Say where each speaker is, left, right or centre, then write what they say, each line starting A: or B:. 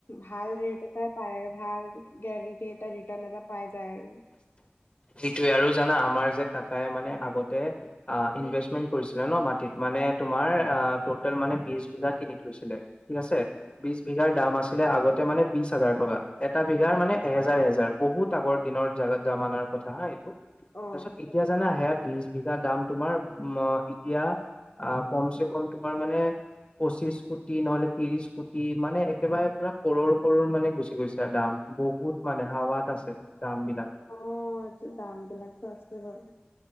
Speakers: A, on the left (about 70°); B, on the left (about 30°).
A: ভাল ৰেট এটাই পায় আৰু ভাল কে গেৰাণ্টি এটা, ৰিটৰ্ন এটা পাই যায় আৰু।
B: সেইটোৱে আৰু জানা আমাৰ যে কাকাই মানে আগতে অ ইনভেষ্টমেণ্ট কৰিছিলে ন মাটিত মানে তোমাৰ ট'টেল মানে বিশ বিঘা কিনি থৈছিলে। ঠিক আছে। বিশ বিঘাৰ দাম আছিলে আগতে মানে বিশ হাজাৰ টকা। এটা বিঘাৰ মানে এহেজাৰ এহেজাৰ বহুত আগৰ দিনৰ জাগা জামানাৰ কথা হা এইটো তাৰপিছত
A: অ',
B: এতি এতিয়া জানা সেইয়া বিশ বিঘা দাম তোমাৰ ম এতিয়া আ কম চে কম তোমাৰ মানে পঁচিশ কোটি নহ'লে ত্ৰিশ কোটি মানে একেবাৰে পুৰা কৰৰ কৰৰ মানে গুচি গৈছে আৰু দাম। বহুত মানে হাৱাত আছে দামবিলাক।
A: অ এইটো দামবিলাকটো আছে বাৰু।